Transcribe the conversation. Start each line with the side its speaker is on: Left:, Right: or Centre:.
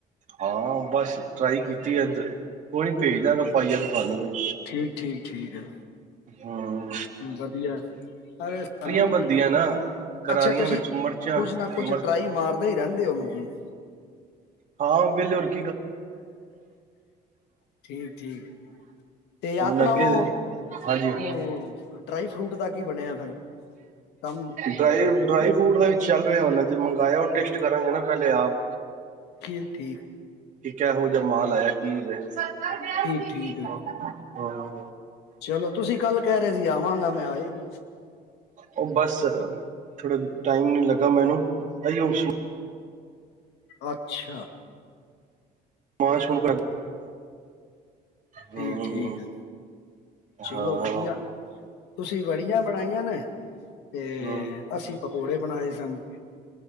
Right: ਹਾਂ ਬਸ ਟਰਾਈ ਕੀਤੀ ਇਦ ਕੋਈ ਨੀ ਭੇਜ ਦਾਂਗਾ ਪਾਈਆ ਤੇ ਤੁਹਾਨੂੰ ਵੀ
Left: ਠੀਕ ਠੀਕ ਠੀਕ ਹੈ
Right: ਹੂੰ
Left: ਵਧੀਆ ਅ ਸਾਨੂੰ
Right: ਬਣਦੀਆਂ ਨਾ ਕਰਾਰੀਆਂ
Left: ਅੱਛਾ ਤੁਸੀਂ
Right: ਵਿੱਚ ਮਿਰਚਾਂ
Left: ਕੁੱਝ ਨਾ ਕੁੱਝ
Right: ਮਿਰਚ
Left: ਟਰਾਈ ਮਾਰਦਾ ਹੀ ਰਹਿੰਦੇ ਹੋ <unintelligible>
Right: ਹਾਂ ਵੇਲੇ ਬੈਠੇ
Left: ਠੀਕ ਠੀਕ ਤੇ ਆਪਣਾ
Right: ਹੁਣ ਅੱਗੇ
Left: ਉਹ
Right: ਹਾਂਜੀ
Left: ਉਹ ਡਰਾਈ ਫਰੂਟ ਦਾ ਕੀ ਬਣਿਆ ਫਿਰ ਕੰਮ
Right: ਡਰਾਈ
Left: ਅੱਗੇ ਵਧਿਆ
Right: ਡਰਾਈ ਫਰੂਟ ਦਾ ਵਿੱਚ ਚੱਲ ਰਿਹਾ ਉਹੇ ਜੇ ਮੰਗਾਇਆ ਉਹ ਟ ਕਰਾਂਗੇ ਨਾ ਪਹਿਲੇ ਆਪ
Left: ਠੀਕ ਠੀਕ
Right: ਇੱਕ ਇਹੋ ਜਿਹਾ ਮਾਲ ਆਇਆ ਕਿਹੋ ਜਿਹਾ <unintelligible>
Left: ਠੀਕ ਠੀਕ
Right: <unintelligible> ਹਾਂ
Left: ਚਲੋ ਤੁਸੀਂ ਕੱਲ ਘਰੇ ਹੀ ਆਵਾਂਗਾ ਮੈਂ ਕਿਆ ਆਏਂ ਨੀ
Right: ਉਹ ਬਸ ਥੋੜਾ ਟਾਈਮ ਨੀ ਲੱਗਾ ਮੈਨੂੰ ਇਉਂ
Left: ਅੱਛਾ
Right: <unintelligible> ਹੂੰ
Left: ਠੀਕ ਠੀਕ ਹੈ। ਚਲੋ
Right: ਹਾਂ
Left: ਵਧੀਆ ਤੁਸੀਂ ਵੜੀਆਂ ਬਣਾਈਆਂ ਨੇ ਤੇ
Right: ਹੂੰ
Left: ਅਸੀਂ ਪਕੌੜੇ ਬਣਾਏ ਸਨ।